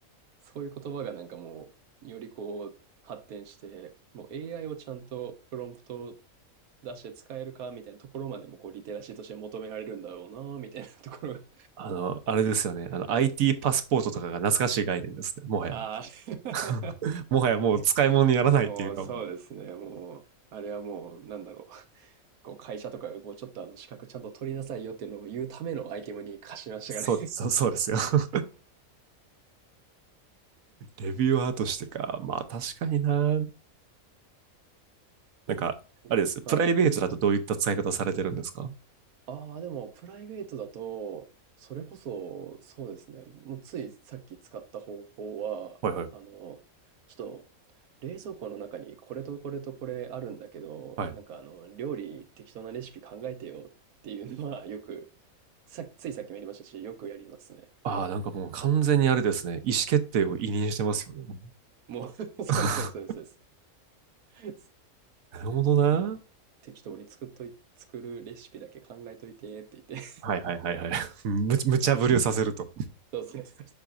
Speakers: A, on the right; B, on the right.
A: そういう言葉がなんかもう、よりこう、発展して、もう AI をちゃんとプロンプトを出して使えるかみたいなところまでもこう、リテラシーとして求められるんだろうな、みたいなところが。<laughs>
B: あの、あれですよね。あの、IT パスポートとかが懐かしい概念ですね。もはや。
A: ああ。<laughs>
B: <laughs> もはやもう使い物にならないっていうか、
A: もうそうですね。もう、あれはもう、なんだろう。こう会社とかがこうちょっとあの資格ちゃんと取りなさいよっていうのを言うためのアイテムに化しましたがね。
B: そうです。そうそうですよ。<laughs> レビューアーとしてか。まあ確かにな。なんか、
A: <laughs>
B: あれです。プライベートだとどういった使い方されてるんですか
A: はい。ああ、でも、プライベートだと、それこそ、そうですね。もうついさっき使った方法は、
B: はいはい。
A: あの、ちょっと、冷蔵庫の中にこれとこれとこれあるんだけど、
B: はい。
A: なんかあの、料理適当なレシピ考えてよっていうのは、よく、さ、ついさっきもやりましたし、よくやりますね。
B: ああ、なんかもう完全にあれですね。意思決定を委任してますよね。もう
A: もう <laughs> そうそうそうそう
B: <laughs>
A: です
B: なるほどな。
A: もう、適当に作っとい、作るレシピだけ考えといてって言って
B: はいはいはいはい。<laughs> むち、無茶ぶりをさせると。
A: そうそうそ